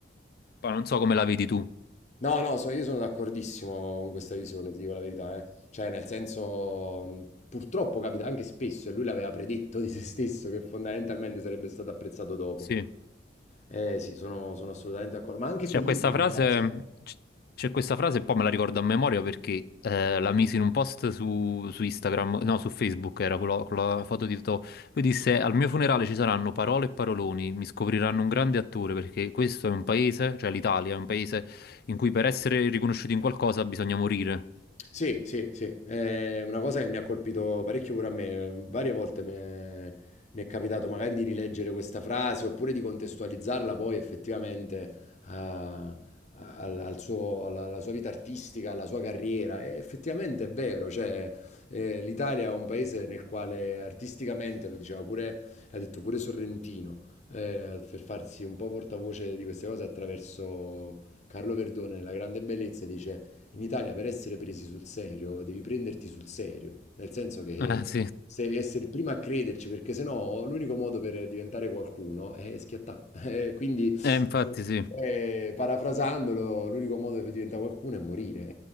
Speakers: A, on the left; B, on the left.
A: Poi non so come la vedi tu.
B: No, no, so- io sono d'accordissimo con questa visione, ti dico la verità, eh. Cioè, nel senso, mh, purtroppo capita anche spesso, e lui l'aveva predetto di se stesso, che fondamentalmente sarebbe stato apprezzato dopo.
A: Sì.
B: Eh sì, sono, sono assolutamente d'accordo, ma anche
A: C'è
B: Fellini
A: questa frase,
B: di base, eh.
A: c- c'è questa frase e poi me la ricordo a memoria perché eh, la misi in un post su, su Instagram, no, su Facebook era quello- quella foto di Totò. Lui disse: Al mio funerale ci saranno parole e paroloni, mi scopriranno un grande attore perché questo è un paese, cioè l'Italia, è un paese in cui per essere riconosciuti in qualcosa bisogna morire.
B: Sì, sì, sì, è una cosa che mi ha colpito parecchio pure a me. Varie volte mi è, mi è capitato magari di rileggere questa frase oppure di contestualizzarla poi effettivamente a- a- al- al suo- alla, alla sua vita artistica, alla sua carriera. E effettivamente è vero, cioè, eh, l'Italia è un paese nel quale artisticamente, lo diceva pure, l'ha detto pure Sorrentino, eh, per farsi un po' portavoce di queste cose attraverso Carlo Verdone, La grande bellezza, dice... In Italia per essere presi sul serio devi prenderti sul serio, nel senso che
A: Eh sì,
B: se devi essere il primo a crederci, perché sennò l'unico modo per diventare qualcuno è schiattare. <laughs> Quindi,
A: eh, infatti sì.
B: eh, parafrasandolo, l'unico modo per diventare qualcuno è morire.